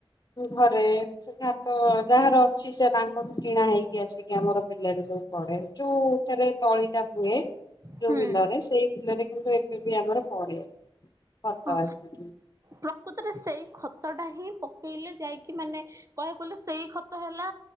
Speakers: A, on the left; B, on the right.
A: ଘରେ ସେ ଖାତ ଯାହାର ଅଛି ସେ ତାଙ୍କଠୁ କିଣା ହେଇକି ଆସିକି ଆମର ବିଲରେ ସବୁ ପଡେ ଯୋଉ ଏଥିରେ ତଳି ଟା ହୁଏ
B: ହୁଁ।
A: ଯୋଉ ବିଲରେ ସେଇ ବିଲରେ କିନ୍ତୁ ଏବେ ବି ଆମର ପଡେ ଖତ
B: ହଁ
A: ଆସିକି।
B: ପ୍ରକୃତରେ ସେଇ ଖତ ଟା ହିଁ ପକେଇଲେ ଯାଇକି ମାନେ କହିବାକୁଲେ ସେଇ ଖତ ହେଲା